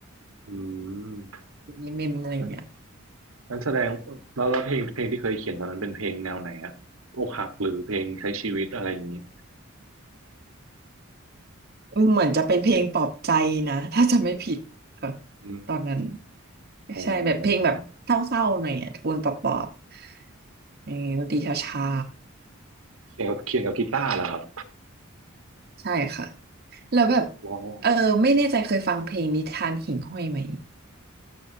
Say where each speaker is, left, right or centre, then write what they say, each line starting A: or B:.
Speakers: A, on the right; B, on the right.
A: อื
B: อยู่ในเมมอะไรเงี้ย
A: ม นั้นแสดงแล้วแล้วเพลงเพลงที่เคยเขียนตอนนั้นเป็นเพลงแนวไหนอะอกหักหรือเพลงใช้ชีวิตอะไรอย่างนี้
B: เหมือนจะเป็นเพลงปลอบใจนะ <laughs> ถ้าจะไม่ผิดค่ะ
A: อืม
B: ตอนนั้น
A: อ๋อ
B: ใช่แบบเพลงแบบเศร้าๆหน่อยอ่ะโทนปลอบ
A: ครับ
B: ๆเออดนตรีช้า
A: เขียนกับเขียนกับกีตาร์เหรอครับ
B: ๆใช่ค่ะแล้วแบบ
A: ว้าว
B: เออไม่แน่ใจเคยฟังเพลงนิทานหิ่งห้อยไหม